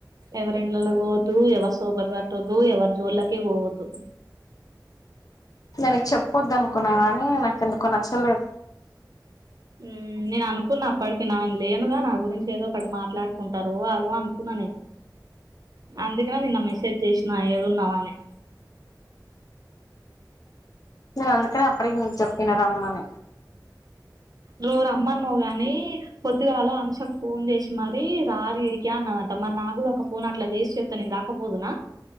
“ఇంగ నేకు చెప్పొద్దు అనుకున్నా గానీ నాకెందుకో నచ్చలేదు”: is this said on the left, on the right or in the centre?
Left